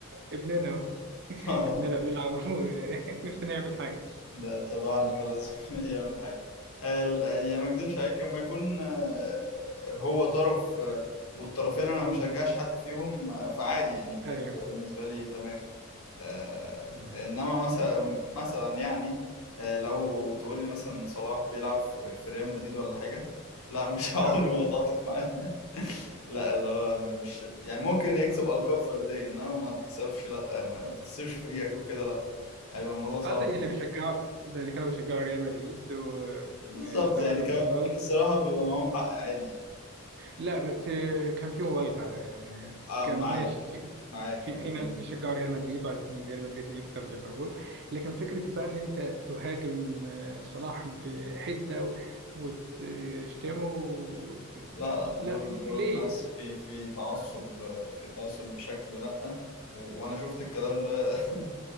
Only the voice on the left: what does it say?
<laughs>
لا طبعا خلاص <laughs> يعمل حاجة آه، ال- يعني ما اكذبش عليك لما يكون آه، هو طرف آه، والطرفين انا ما بشجعش حد فيهم آه، فعادي يعني ب- بتبقى
بالنسبة لي تمام آه،
انما مثلا مثلا يعني آه، لو تقول لي مثلا صلاح بيلعب في في ريال مدريد ولا حاجة لا مش <laughs> عمري
ما اتعاطف معاه <laughs> لا اللي هو مش يعني ممكن يكسب ألقاب فردية انما ما تكسبش لا ما تكسبش فريقك وكده لا هيبقى الموضوع صعب
بالظبط يعني
ك... الصراحة بيبقى معاهم حق عادي يعني
آه
معاك
معاك
كان
في
لا لا
دول دول
ناس في في تعصب آه، في تعصب بشكل لأ و... وأنا شفت الكلام ده <laughs>